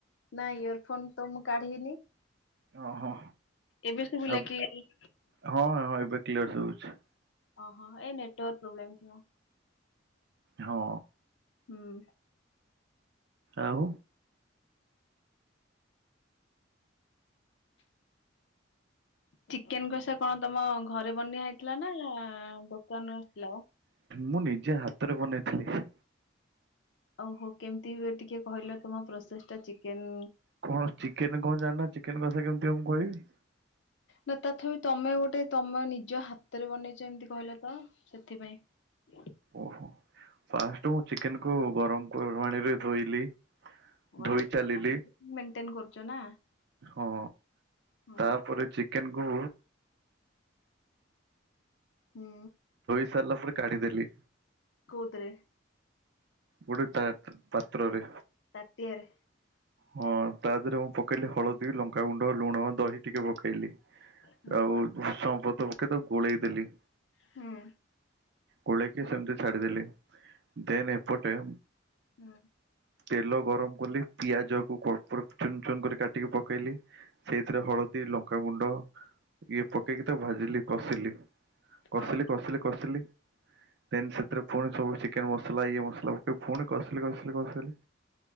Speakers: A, on the left (about 65°); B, on the right (about 60°).
A: ନାଇଁ ଇୟର ଫୋନ ତ ମୁଁ କାଢିନି।
B: ହଁ ହଁ
A: ଏବେ ଶୁଭିଲା
B: ଆ
A: କି?
B: ହଁ ହଁ ଏବେ କ୍ଲିୟର ଶୁଭୁଚି।
A: ଅହ ଏଇ ନେଟୱାର୍ ପ୍ରୋବ୍ଲେମ୍ ଥିବ।
B: ହଁ।
A: ହୁଁ।
B: ଆଉ
A: ଚିକେନ କଷା କଣ ତମ ଘରେ ବନା ହେଇଥିଲା ନା ଦୋକାନରୁ ଆସିଥିଲା ବା?
B: ମୁଁ ନିଜେ ହାତରେ ବନେଇଥିଲି।
A: ଓ ହୋ କେମିତି ଟିକେ କହିଲ ତମ ପ୍ରୋସେସ ଟା ଚିକେନ
B: କଣ ଚିକେନ କଣ ଜାଣ ନା ଚିକେନ କଷା କେମିତି ହବ ମୁଁ କହିବି।
A: ନା ତଥାପି ତମେ ଗୋଟେ ତମେ ନିଜ ହାତରେ ବନେଇଛ ଏମିତି କହିଲ ତ ସେଥିପାଇଁ। ହଁ
B: ଓହୋ ଫାଷ୍ଟ ମୁଁ ଚିକେନକୁୁ ଗରମ ପାଣିରେ ଧୋଇଲି
A: ୱାଓ
B: ଧୋଇ ଚାଲିଲି
A: ମେଣ୍ଟେନ କରୁଛ ନା
B: ହଁ।
A: ହଁ
B: ତାପରେ ଚିକେନ କୁ
A: ହୁଁ।
B: ସଲା ପରେ କାଢ଼ି ଦେଲି।
A: କୋଉଥିରେ?
B: ଗୋଟେ ତା ପାତ୍ରରେ।
A: ତାଟିଆରେ।
B: ହଁ ତା ଦେହରେ ମୁଁ ପକେଇଲି ହଳଦୀ ଲଙ୍କାଗୁଣ୍ଡ ଲୁଣ ଦହି ଟିକେ ପକାଇଲି।
A: ହୁଁ
B: ଆଉ ଭୃସଙ୍ଗ ପତର ପକେଇ କି ତାକୁ ଗୋଳେଇଦେଲି।
A: ହୁଁ।
B: କୋଳେଇକି ସେମିତି ଛାଡିଦେଲି ଦେନ ଏପଟେ।
A: ହୁଁ।
B: ତେଲ ଗରମ କ ପିଆଜ କଟ ଚୂନ ଚୂନ କରିକି ପକେଇଲି ସେଇଥିରେ ହଳଦି ଲଙ୍କା। ଲଙ୍କାଗୁଣ୍ଡ ଇଏ ପକେଇକି ତାକୁ ଭାଜିଲି କଷିଲି। କସିଲି
A: ଓହୋ
B: କସିଲି କସିଲି ଦେନ ସେଥିରେ ପୁଣି ସବୁ ଚିକେନ ମସଲା ଇଏ ମସଲା ଏ ପୁଣି କସିଲି କସିଲି କସିଲି।